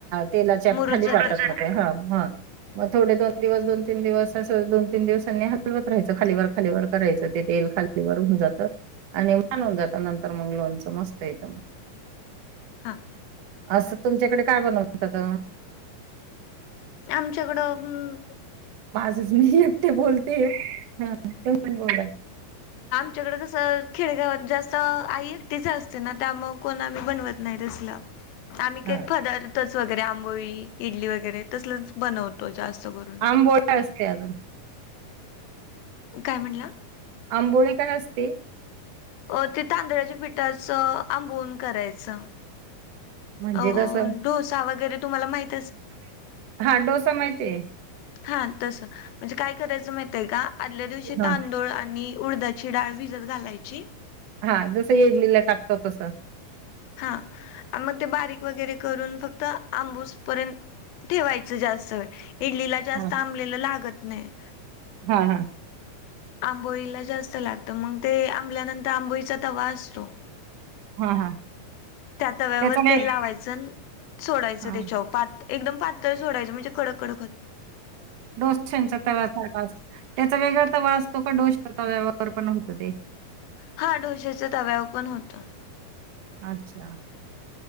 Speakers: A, on the right; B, on the left.
A: तेलाच्या
B: मुरूत
A: खाली
B: जातात
A: बाकत
B: का?
A: होते हा ह मग थोडे दोन दिवस दोन तीन दिवस अस दोन तीन दिवसांनी हलवत राहायचं खालीवर खालीवरर करायचं ते खाली जात आणि वानून जात नंतर मंग लोणच मस्त यग
B: हां
A: असं तुमच्याकडे काय बनवत
B: आमच्याकडं अं
A: <unintelligible> मी एकटी बोलते तुम्ही पण बोला.
B: आमच्याकड कसं खेडगावात जास्त अ आई एकटीच असते ना त्यामुळे कोण आम्ही बनवत नाही तसलं. आम्ही काही
A: हा
B: पदार्थच वगैरे आंबोळी इडली वगैरे तसलच बनवतो जास्त. करून.
A: आंबोळी काय असते अजून.
B: काय म्हणलं.
A: आंबोळी काय नसते.
B: अ ते तांदळाच्या पिठाचं आंबवून करायचं.
A: म्हणजे
B: अ
A: कसं
B: डोसा वगैरे तुम्हाला माहित
A: हा डोसा माहितीये.
B: हा तस म्हणजे काय करायचं माहित आहे का आदल्या दिवशी
A: हा
B: तांदूळ आणि उडदाची डाळ भिजत घालायची
A: हा जसं इडलीला टाकत तस.
B: हा मग ते बारीक वगैरे करून फक्त आंबूस पर्यंत ठेवायच जास्त वेळ इडलीला जास्त
A: हा
B: आंबलेलं लागत नाही.
A: हा हा.
B: आंबोळीला जास्त लागत मग ते आंबल्यानंतर आंबोळीचा तवा असतो
A: हा हा.
B: त्या तव्यावर
A: त्याचा वेग
B: तेल लावायचंन सोडायचं
A: हा
B: त्याच्यावर पात एकदम पातळ सोडायचं म्हणजे कडक कडक होत
A: डोश्याच्या तवा सारखा असतो त्याचा वेगळा तवा असतो का डोश च्या तव्यावर पण होत ते.
B: हा डोषाच्या तव्यावर पण होतं.
A: अच्छा.